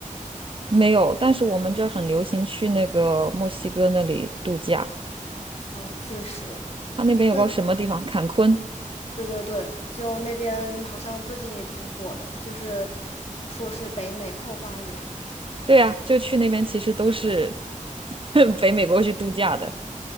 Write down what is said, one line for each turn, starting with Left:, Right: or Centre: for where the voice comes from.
Right: 没有，但是我们这儿很流行去那个墨西哥那里度假。
Left: 嗯，确实，
Right: 它那边有个什么地方？
Left: 那
Right: 坎昆。
Left: 对对对，就那边好像最近也挺火的，就是说是北美后花园。
Right: 对啊，就去那边其实都是 <laughs> 北美国去度假的，